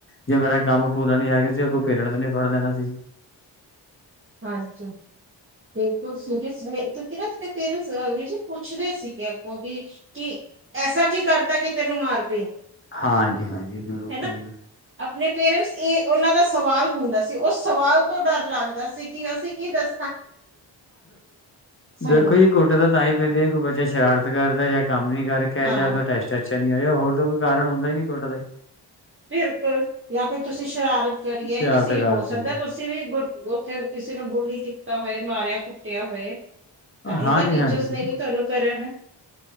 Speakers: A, on the left (about 25°); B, on the right (about 25°).
A: ਜੇ ਮੇਰਾ ਕੰਮ ਪੂਰਾ ਨੀ ਸੀ ਅੱਗੋਂ ਪੇਰੈਂਟਸ ਨੇ ਫੜ ਲੈਣਾ ਸੀ ਜੀ
B: ਹਾਂਜੀ ਬਿਲਕੁਲ <unintelligible> ਕਿਉਂ ਕਿ ਨਾ ਤੇ ਪੇਰੈਂਟਸ ਵੀਰ ਜੀ ਪੁੱਛਦੇ ਸੀਗੇ ਅੱਗੋਂ ਕਿ ਐਸਾ ਕੀ ਕਰਤਾ ਕਿ ਤੈਨੂੰ ਮਾਰ ਪਈ
A: ਹਾਂਜੀ-ਹਾਂਜੀ ਬਿਲਕੁਲ
B: ਹੈਨਾ ਆਪਣੇ ਪੇਰੈਂਟਸ ਇਹ ਉਹਨਾਂ ਦਾ ਸਵਾਲ ਹੁੰਦਾ ਸੀ ਉਹ ਸਵਾਲ ਤੋਂ ਡਰ ਲੱਗਦਾ ਸੀ ਕੀ ਅਸੀਂ ਕੀ ਦੱ ਸਾਨੂੰ
A: ਦੇਖੋ ਜੀ ਕੁੱਟ ਤਾਂ ਤਾਂ ਹੀ ਪੈਂਦੇ ਆ ਬੱਚਾ ਸ਼ਰਾ ਰਤ ਕਰਦਾ ਜਾਂ ਕੰਮ ਨੀ ਕਰਕੇ
B: ਹਾਂ
A: ਜਾਂ ਉਹਦਾ ਟੈਸਟ ਅੱਛਾ ਨੀ ਹੋਇਆ ਹੋਰ ਤਾਂ ਕੋਈ ਕਾਰਨ ਹੁੰਦਾ ਹੀ ਨੀ ਕੁੱਟ ਦਾ ਜੀ
B: ਬਿਲਕੁਲ ਜਾਂ ਫਿਰ ਤੁਸੀਂ ਸ਼ਰਾਰਤ ਕਰੀਏ
A: ਸ਼ਰਾਰਤ
B: ਕਿਸੇ
A: ਕਰਤੀ
B: ਹੋ ਸਕਦਾ
A: ਹੈ
B: ਤੁਸੀਂ ਵੀ ਗੁਰ ਉੱਥੇ ਕਿਸੇ ਨੇ ਬੋਲੀ ਕੀਤਾ ਹੋਏ ਮਾਰਿਆ ਕੁੱਟਿਆ ਹੋਏ ਤਾਂਹੀ
A: ਹਾਂਜੀ-ਹਾਂਜੀ
B: ਤਾਂ ਟੀਚਰਸ
A: ਬਿਲਕੁਲ
B: ਨੇ ਵੀ ਤੁਹਾਨੂੰ ਕਰਿਆ ਹੈ